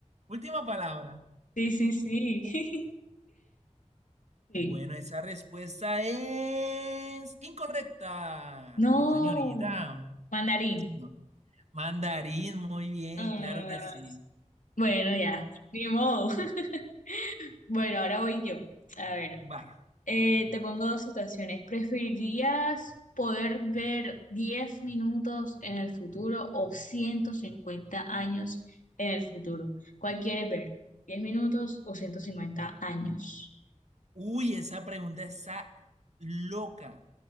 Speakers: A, on the right; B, on the left.
A: Última palabra.
B: Sí, sí, sí. <laughs> Sí.
A: Bueno, esa respuesta es incorrecta.
B: No,
A: No, señorita.
B: mandarín.
A: No. Mandarín, muy bien,
B: Ah,
A: claro que sí.
B: bueno, ya, ni modo. <laughs> Bueno, ahora voy yo. A ver,
A: Va.
B: eh, te pongo dos situaciones. ¿Preferirías poder ver 10 minutos en el futuro o 150 años en el futuro? ¿Cuál quieres ver? diez minutos o 150 años?
A: Uy, esa pregunta está loca,